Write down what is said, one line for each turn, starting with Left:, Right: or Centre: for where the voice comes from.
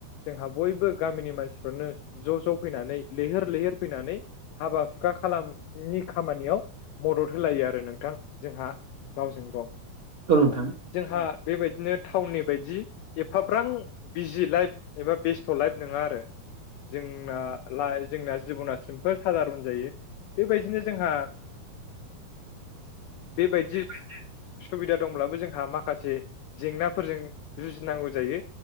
Left: जोंहा बयबो गामिनि मानसिफ्रानो ज' ज' फैनानै लैहोर लैहोर फैनानै हाबा-हुखा खालामनि खामानियाव मदद होलायो आरो नोंथां जोंहा। गावजों गाव
Right: औ नोंथां
Left: जोंहा बेबायदिनो टाउननि बायदि एफाफ्रा बां बिजि लाइफ एबा बेस्थ' लाइफ नङा आरो। जोंना ला जोंना जिब'ना सिमफोल सादारन जायो। बेबायदिनो जोंहा
Right: <inaudible>
Left: बेबायदि सुबिदा दंब्लाबो जोंहा माखासे जेंनाफोरजों जुजिनांगौ जायो।